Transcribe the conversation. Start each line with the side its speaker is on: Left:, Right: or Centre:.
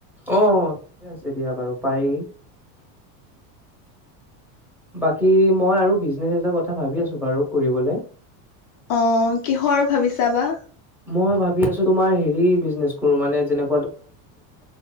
Centre: অ ঠিকে আছে দিয়া বাৰু পাৰি বাকী মই আৰু বিজনেচ এটা কথা ভাবি আছো বাৰু কৰিবলে
Left: অ কিহৰ ভাবিছা বা
Centre: মই ভাবি আছো তোমাৰ হেৰি বিজনেছ কৰো মানে যেনে